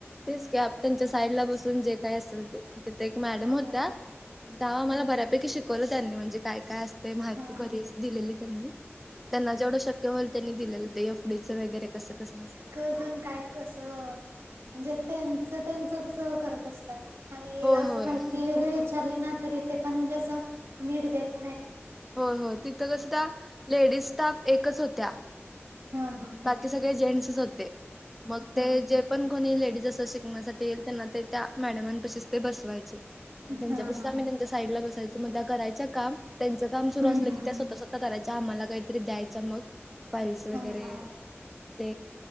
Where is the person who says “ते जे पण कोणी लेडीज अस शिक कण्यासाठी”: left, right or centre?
Centre